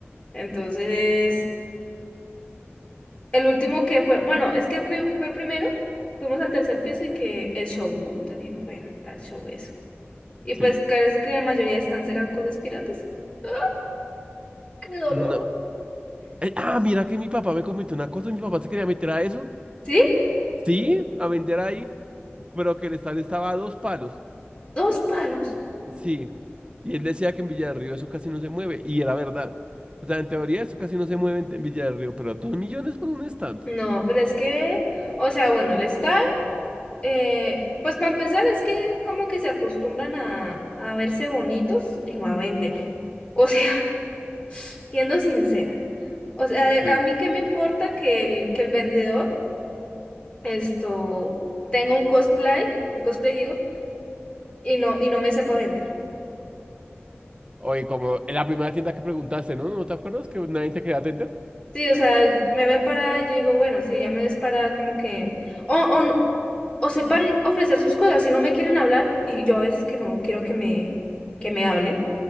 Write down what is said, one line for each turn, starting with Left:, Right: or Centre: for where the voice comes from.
Left: Entonces, el último que fue, bueno, es que fui, fue el primero, fuimos al tercer piso y que el show, ¿no? Entonces dijimos, bueno, está el show eso. Y
Right: sí.
Left: pues parece que la mayoría de stands eran cosas piratas. <gasps> ¡Ah, ¡Qué dolor!
Right: No. Eh, Ah, mira que mi papá me comentó una cosa, mi papá se quería meter a eso.
Left: ¿Sí?
Right: Sí, a vender ahí. pero que el stand estaba a dos palos.
Left: Dos palos.
Right: Sí. Y él decía que en Villa del Río eso casi no se mueve. Y era verdad. O sea, en teoría eso casi no se mueve en, en Villa del Río, pero dos millones por un stand.
Left: No, pero es que, o sea, bueno, el stand, eh, pues para empezar es que como que se acostumbran a, a verse bonitos y no a vender. O sea, <laughs> siendo sincera. O sea, de-
Right: Sí.
Left: a mí qué me importa que el, que el vendedor Esto, tengo un cosplay, un cosplay digo, y no, y no me sepa vender.
Right: Oye, como en la primera tienda que preguntaste, ¿no? ¿No te acuerdas que nadie te quería atender?
Left: Sí, o sea, y- me ven parada y yo digo, bueno, si ya me ves parada, como que, o, o, no- o sepan ofrecer sus cosas, si no me quieren hablar, y yo a veces que no quiero que me, que me hablen,